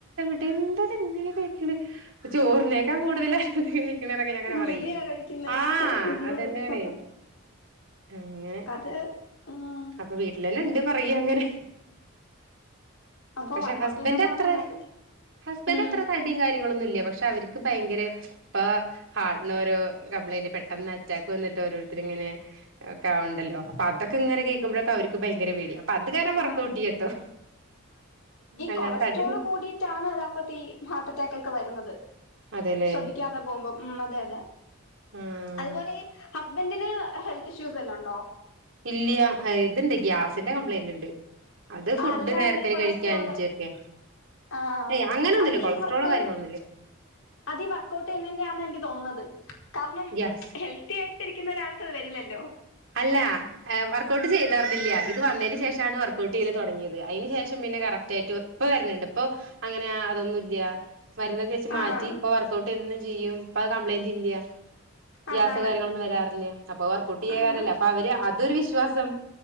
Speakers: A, on the right; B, on the left.
A: <unintelligible> എന്താ ഇത്‌ ഇങ്ങനെ കഴിക്കണേ ചോറിന്നേക്കാ കൂടുതല് അധികം - ണ എന്നൊക്കെ ഞങ്ങനെ
B: ഗുളികയാ
A: പറയ്
B: കഴിക്കുന്നേന്നൊക്കെ
A: ആഹ്
B: അയ്യോ
A: അതന്നെയാണ് അങ്ങനെ
B: അത് ആഹ്
A: അപ്പൊ വീട്ടിലന്നെ എണ്ട് പറയ അങ്ങനെ
B: അപ്പൊ
A: പക്ഷെ
B: വർക്കൗട്ട്
A: ഹസ്ബൻറ്
B: ചെയ്യുന്നതാണ്
A: അത്ര
B: യഥാർത്ഥത്തിൽ
A: ഹസ്ബൻഡ്
B: ഉം
A: എത്ര തടിയും കാര്യങ്ങളൊന്നും ഇല്ല പക്ഷെ അവര്ക്ക് ഭയങ്കര ഇപ്പൊ ഹാർട്ടിന് ഓരോ കംപ്ലൈന്റ് പെട്ടെന്ന് അറ്റാക്ക് വന്നിട്ട് ഓരോരുത്തർ ഇങ്ങനെ ഒക്കെ ഉണ്ടല്ലോ അപ്പൊ അതൊക്കെ ഇങ്ങനെ കേൾക്കുമ്പോഴക്കെ അവർ ഭയങ്കര പേടി അതുകാരണം വർക്ക്
B: ആഹ്
A: ഔട്ടിയടോ അല്ലാണ്ട്
B: കൊളസ്ട്രോള്
A: തടി
B: കൂടിയിട്ടാണ് ണ് അപ്പത്ത ഈ ഹാർട്ട് അറ്റാക്ക് ഒക്കെ വരുന്നത്
A: അതെല്ലേ
B: ശ്രദ്ധിക്കാതെ പോകുമ്പോം ഉം അതെ അതെ
A: ആഹ്
B: അതുപോലെ ഹസ്ബന്ഡന് ഹെൽത്ത് ഇഷ്യൂസ് എല്ലാം ഉണ്ടോ
A: ഇല്ല്യ ഇതുണ്ട് ഗ്യാസിന്റെ കംപ്ലയിന്റ് ഉണ്ട് അത് ഫുഡ്
B: ആഹ് അല്ലാണ്ട്
A: നേരത്തിന്
B: കൊളസ്ട്രോള്
A: കഴിക്കാഞ്ച് ഒക്കെ
B: ആഹ്
A: ഏയ് അങ്ങനൊന്നുല്ല
B: അതീ
A: കൊളസ്ട്രോളോ
B: വർക്കൗട്ട്
A: കാര്യങ്ങളോ ഒന്നും ഇല്ല
B: അതീ വർക്കൗട്ട് ചെയ്യുന്നതിന്റെ ആണ് എനിക്ക് തോന്നുന്നത് കാരണം
A: ഗ്യാസ്
B: ഹെൽത്തി ആയിട്ട് രിക്കുന്ന ഒരാൾക്കത് വരില്ലല്ലോ
A: അല്ല വർക്ക് ഔട്ട് ചെയ്ത തറിന്നില്ല ഇത് വന്നതിന് ശേഷമാണ് വർക്ക്ഔട്ട് ചെയ്ത് തുടങ്ങിയത് അതിന് ശേഷം പിന്നെ കറക്റ്റ് ആയിട്ട് പ്പ വരുന്നുണ്ട് ഇപ്പോ അങ്ങനെ അതൊന്നുല്ല വരുന്നൊ
B: ആഹ്
A: മാറ്റിപ്പ വർക്കൗട്ട് എന്നും ചെയ്യും ഇപ്പൊ കംപ്ലയിന്റില്ല ഗ്യാസോ
B: അതാണ്
A: കാര്യങ്ങളൊന്നും വരാറില്ല അപ്പൊ വർക്കൗട്ടെയ്ത
B: ആഹ്
A: കാരണല്ലേ അപ്പൊ അവര് അതൊരു വിശ്വാസം